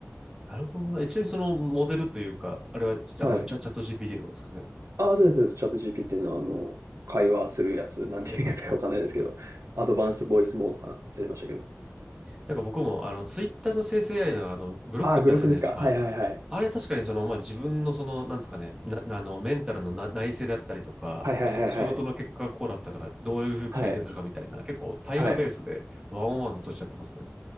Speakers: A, on the right; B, on the right.
A: なるほどねえ、ちなみにそのモデルというか、あれは、あの、
B: はい。
A: チャ、チャット GPT とかですかね。
B: ああ、そうです、そうです。チャット GPT のあの、会話するやつ、なんていうやつかわかんないですけど、
A: はいはいはいはい。
B: アドバンスボイスモードかな忘れましたけど。
A: なんか僕も、あの、ツイッターの生成 AI の、あの、グロックってあるじゃないですか。
B: ああ、グロックですか。はいはいはい。
A: あれ確かにその、まあ、自分のその、なんですかね、な、あの、メンタルのな内省であったりとか、
B: はいはいはいはい。
A: その仕事の結果がこうだったから、どういうふうに改善するかみたいな、
B: はい。
A: 結構対話ベースでワンオンワンずっとしちゃってますね。
B: はい。